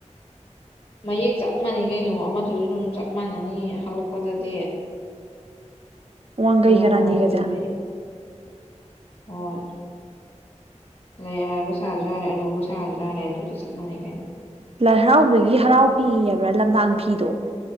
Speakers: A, on the left; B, on the right.
A: ꯃꯌꯦꯛ ꯆꯞ ꯃꯥꯟꯅꯩ ꯀꯩꯅꯣ ꯑꯃꯗꯨꯁꯨ ꯗꯨꯝ ꯆꯞ ꯃꯥꯟꯅꯅꯤ ꯍꯛꯂꯛꯄꯗꯗꯤ
B: <inaudible> ꯋꯥꯡꯒꯩꯒꯔꯥꯅꯤꯒꯖꯦ
A: ꯑꯗꯣ ꯃꯃꯜꯗꯨꯗꯗꯤ ꯍꯣꯏ ꯂꯩ ꯑꯔꯥꯏꯕ ꯁꯥꯔꯁꯨ ꯌꯥꯔꯦ ꯑꯔꯨꯕ ꯁꯥꯔꯁꯨ ꯌꯥꯔꯦ ꯑꯗꯨꯗꯤ ꯆꯞ ꯃꯥꯟꯅꯩ ꯀꯩꯅꯣ
B: ꯂꯥꯏ ꯍꯔꯥꯎꯕꯒꯤ ꯍꯔꯥꯎ ꯐꯤ ꯍꯥꯏꯕ꯭ꯔꯥ ꯂꯝꯗꯥꯡ ꯐꯤꯗꯣ